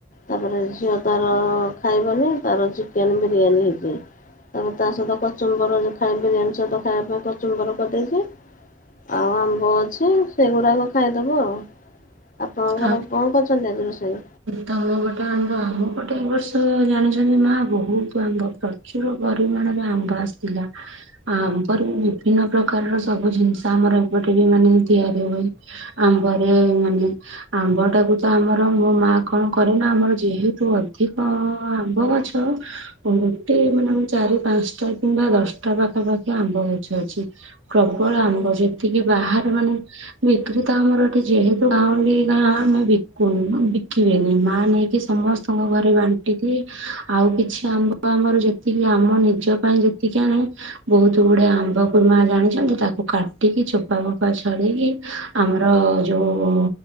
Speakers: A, on the left (about 40°); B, on the right (about 80°).
A: ତାପରେ ଝିଅ ତାର ଖାଇବନି ତାର ଚିକେନ ବିରିୟାନୀ ହେଇଛି। ତାପରେ ତା ସହିତ କଚୁମ୍ବର ରେ ଖାଏ ବିରିୟାନୀ ସହିତ ଖାଇବା ପାଇଁ କଚୁମ୍ବର କରିଦେଇଛି। ଆଉ ଆମ୍ବ ଅଛି ସେଗୁଡ଼ାକ ଖାଇଦେବୁ ଆଉ। ଆପଣଙ୍କର
B: ଆଉ
A: କଣ କରୁଛନ୍ତି ଆଜି ରୋଷେଇ?
B: ତମ ପଟେ ଆମ୍ବ ଆମ ପଟେ ଏ ବର୍ଷ ଜାଣିଛନ୍ତି ନାଁ ବହୁତ ଆମ୍ବ ଫ ପ୍ରଚୁର ପରିମାଣରେ ଆମ୍ବ ଆସିଥିଲା। ଆମ୍ବ ରୁ ବିଭିନ୍ନ ପ୍ରକାରର ସବୁ ଜିନିଷ ଆମର ଏପଟେ ବି ମାନେ ତିଆରି ହୁଏ। ଆମ୍ବରେ ମାନେ ଆମ୍ବ ଟାକୁ ତ ଆମର ମୋ ମା କଣ କରେନା ଆମର ଯେହେତୁ ଅଧିକ ଆମ୍ବ ଗଛ ଗୋଟେ ମାନେ ଚାରି ପାଞ୍ଚଟା କିମ୍ବା ଦଶଟା ପାଖାପାଖି ଆମ୍ବ ଗଛ ଅଛି। ପ୍ରବଳ ଆମ୍ବ ଯେତିକି ବାହାରେ ମାନେ ବିକ୍ରି ତ ଆମର ଏଠି ଯେହେତୁ ଗାଉଁଲି ଗାଁ ଆମେ ବିକୁନୁ ବିକ କି ବେନି ମା ନେଇକି ସମସ୍ତଙ୍କ ଘରେ ବାଣ୍ଟି ଦିଏ ଆଉ କିଛି ଆମ୍ବ ଆମର ଯେତିକି ଆମ ନିଜ ପାଇଁ ଯେତିକି ଆଣେ ବହୁତ ଗୁଡେ ଆମ୍ବକୁ ମା ଜାଣିଛନ୍ତି ତାକୁ କାଟିକି ଚୋପା ଫୋପା ଛଡ଼େଇକି ଆମର ଯୋଉ